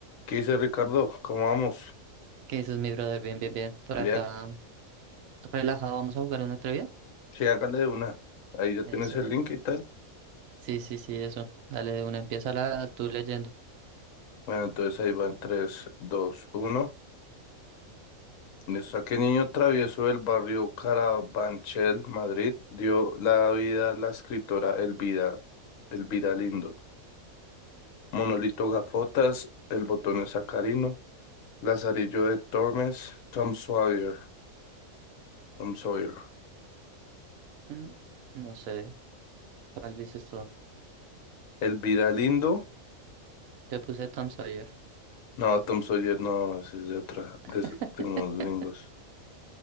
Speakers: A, on the left; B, on the right.
A: ¿Qué dice Ricardo? ¿Cómo vamos?
B: ¿Qué dices, mi brother? Bien, bien, bien. Por
A: Ya,
B: acá, relajado, vamos a jugar una trivia.
A: sí, hágale una. Ahí ya
B: Eso.
A: tienes el link y tal.
B: Sí, sí, sí, eso. Dale, de una empieza la tú leyendo.
A: Bueno, entonces ahí van tres, dos, uno. Listo. ¿A qué niño travieso del barrio Carabanchel, Madrid, dio la vida a la escritora Elvira, Elvira Lindo? Monolito Gafotas, El Botón es Sacarino, Lazarillo de Tormes, Tom Sawyer, Tom Sawyer.
B: Mm, no sé, ¿cuál dices tú?
A: Elvira Lindo.
B: Te puse Tom Sawyer.
A: No, Tom Sawyer no, ese es de otra, de,
B: <laughs>
A: de unos gringos.